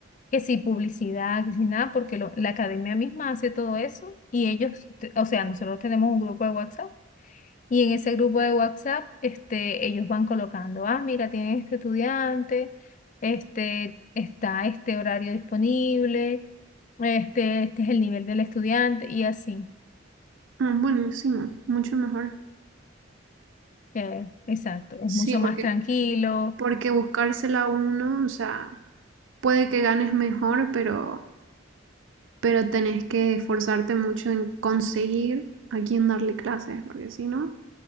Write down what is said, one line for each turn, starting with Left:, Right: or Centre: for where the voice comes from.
Left: que si publicidad, que si nada, porque lo- la academia misma hace todo eso y ellos, te- o sea, nosotros tenemos un grupo de WhatsApp. Y en ese grupo de WhatsApp, este, ellos van colocando, ah, mira, tienen este estudiante, este, está este horario disponible, este, este es el nivel del estudiante, y así.
Right: Ah, buenísimo, mucho mejor.
Left: Eh, exacto, es
Right: Sí,
Left: mucho
Right: porque,
Left: más tranquilo.
Right: porque buscársela uno, o sea, puede que ganes mejor, pero pero tenés que esforzarte mucho en conseguir a quién darle clases, porque si no,